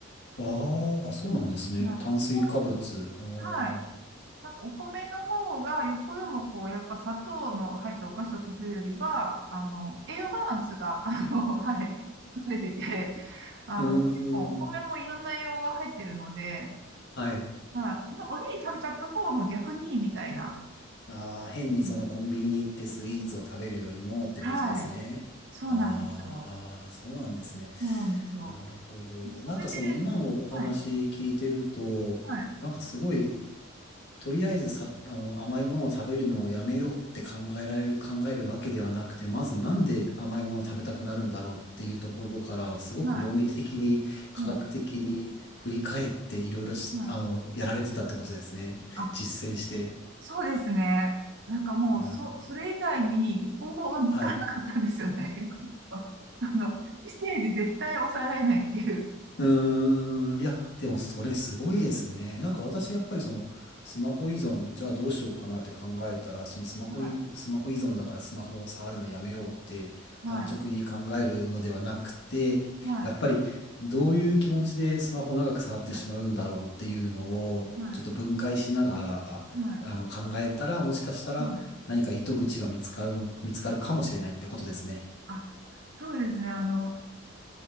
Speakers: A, on the left; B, on the right.
A: ああ、あ、そうなんですね。
B: はい。
A: 炭水化物。
B: ここ
A: あー
B: はいなんかお米の方がよっぽどもこう、やっぱ砂糖の入ったお菓子を食べるよりは、あの、栄養バランスが、あの、<laughs> はい、優れてて、あの、
A: うー
B: 結構お米もいろんな栄養が入ってるので、
A: ん。はい。
B: はい、おおにぎり食べちゃった方がもう逆にいいみたいな。
A: ああ、変にそのコンビニに行ってスイーツを食べるよりもってことですね。
B: うん、はい。そうなんですよ。
A: ああ、そうなんですね。
B: そうなんですよ。
A: なるほど。
B: それで、
A: なんかその今のお話聞いてると、
B: はい、はい、
A: なんかすごいとりあえずさ、あの、甘いものを食べるのをやめようって考えられる、考えるわけではなくて、まずなんで甘いものを食べたくなるんだろうっていうところから、すごく論理的に、
B: は
A: 科学的に振り返っていろいろし、
B: い、はい、はい。
A: あの、やられてたってことですね。<laughs>
B: あ
A: 実践して。
B: そうですね。なんかもう、
A: いやー、
B: そ、それ以外に方法が見つからなかったんですよね、
A: はい。
B: 逆に言うと。あの、異性で絶対抑えられないっていう。
A: うーん、いや、でもそれすごいですね。なんか私、やっぱりその、スマホ依存、じゃあどうしようかなって考えたら、そのスマホい、
B: はい、
A: スマホ依存だからスマホを触るのやめようって安直に考えるのではなくて、
B: はい、はい、
A: やっぱりどういう気持ちでスマホを長く触ってしまうんだろうっていうのを、
B: はい、はい、
A: ちょっと分解しながら、
B: はい。
A: あの、考えたら、もしかしたら何か糸口が見つかる、
B: はい
A: 見つかるかもしれないってことですね。
B: あ、そうですね。あの、一